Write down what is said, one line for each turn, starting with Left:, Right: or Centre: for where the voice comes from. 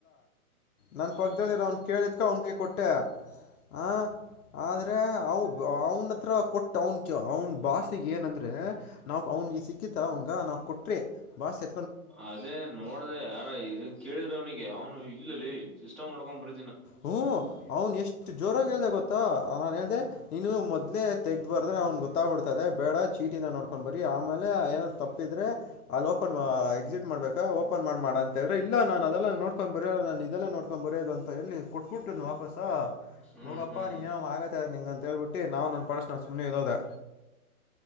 Left: ನನ್ ಪಕ್ಕದಲ್ಲಿ ಅವ್ನ್ ಕೇಳಿದ್ ಅವ್ನ್ ಕೊಟ್ಟೆ ಹ ಆದ್ರೆ ಅವ ಅವನ ಹತ್ರ ಕೊಟ್ಟ ಅವನ್ ಕ ಅವನು ಭಾಷೆ ಏನ ಅಂದ್ರೆ ನಾವ ಅವನಿಗೆ ಸಿಕ್ಕಿಿತ ಅವನ್ಗ ನಾವು ಕೊಟ್ರೆ ಭಾಷೆ
Centre: ಅದೇ ನೋಡ್ದ ಯಾರ ಕೇಳಿದ್ರ ಅವ್ನಿಗೆ ಅವ್ನು ಇಲ್ಲಲ್ಲಿ ಸಿಸ್ಟಮ್ ನೋಡ್ಕೊಂಡ್ ಬರ
Left: ಹ್ಮ ಅವನ್ ಎಷ್ಟು ಜೋರಾಗಿ ಹೇಳ್ದ ಗೊತ್ತಾ ನಾನನ್ ಹೇಳ್ದ ನೀನು ಮೊದ ಇೇ ತೆಗ ಬಾರದ್ರೆ ಅವ್ನ್ ಗೊತ್ತ್ ಬಿಡ್ತಾ ಇದೆ ಬೇಡ ಚೀಟಿಂದ ನೋಡ್ಕೊಂಡ್ ಬರರಿ ಆಮೇಲೆ ಏನಾದ್ ತಪ್ಪಿದ್ರೆ ಅಲ್ಲಿ ಓಪನ್ ಎಕ್ಸಿಟ್ ಮಾಡ್ಬೇಕ ಓಪನ್ ಮಾಡ ಅಂತ ಹೇಳಿ ಇಲ್ಲ ನಾನ್ ಅದೆಲ್ಲ ನೋಡ್ಕೊಂಡ್ ಬರಲ್ಲ ನಾ ಇದಲ್ಲ ನೋಡ್ಕೊಂಡ್ ಬರಿ ಬರೆಯೋದು ಅಂತ ಎಲ್ಲಿ ಕೊಟ್ಬಿಟ್ಟು ವಾಪಸ
Centre: ಹ್ಮ್
Left: ಹೋಗಪ್ಪಾ
Centre: ಹ್ಮ್
Left: ನೀನ್ ಆಗತ್ತ ನಿಂಗ ಅಂತ ಹೇಳ್ಬಿಟ್ಟಿ ನಾವು ನನ್ ಪಡಸ್ ನನ್ ಸುಮ್ಮನೆ ಇೋದೆ